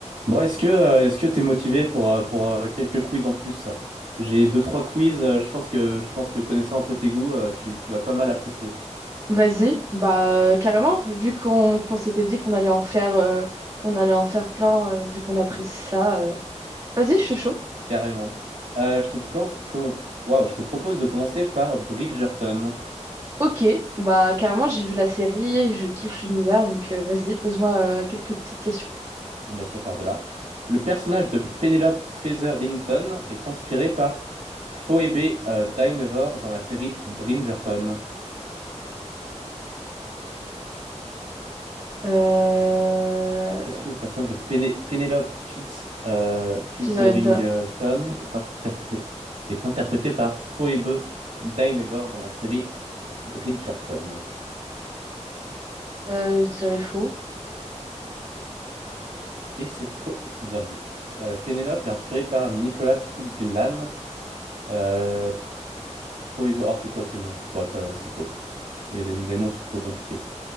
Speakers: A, on the right (about 80°); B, on the right (about 35°).
A: Bon, est-ce que euh, est-ce que t'es motivé pour euh, pour euh, quelques quiz en plus? J'ai deux trois quiz. euh, je pense que je pense que connaissant un peu tes goûts, euh, tu tu vas pas mal apprécier.
B: Vas-y, bah euh, carrément, vu qu'on qu'on s'était dit qu'on allait en refaire euh, qu'on allait en refaire plein, euh, vu qu'on apprécie ça. euh, Vas-y, je suis chaud.
A: Carrément. Euh, je te commence. com- Waouh, je te propose de commencer par Bridgerton.
B: Ok, bah carrément, j'ai vu la série, je kiffe l'univers, donc euh, vas-y, pose-moi euh, quelques petites questions.
A: Bah, ça part de là. Le personnage de Penelope Featherington est inspiré par Phoebe euh, Dynevor dans la série Bridgerton.
B: Euh...
A: Est-ce que le personnage de Péné- Penelope Fitz, euh, Featherington
B: Fizorenta,
A: est interpré- est interprété par Phoebe Dynevor dans la série Bridgerton?
B: euh, je dirais faux.
A: Et c'est faux, bien vu. Euh, Penelope est inspirée par Nicolas Couglan. Euh, Phoebe, oh, c'est quoi ces noms? Bah, t'as- c'est faux. Il y a des... Les noms sont trop compliqués.